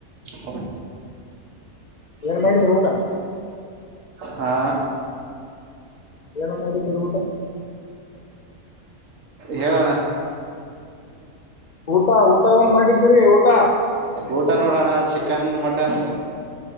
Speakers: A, on the right; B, on the left.
A: ಹ
B: ಏನ್
A: ಹ
B: ಮಾಡಿದ್ರಿ ಊಟ
A: ಹಾ
B: ಏನು ಮಾಡಿದರೂ ಊಟ
A: ಹೆಲನ್ನಾ
B: ಊಟ ಊಟ ಏನ್ ಮಾಡಿದರಿ ಊಟ
A: ಊಟ ನೋಡೋಣ ಚಿಕನ್ ಮಟನ್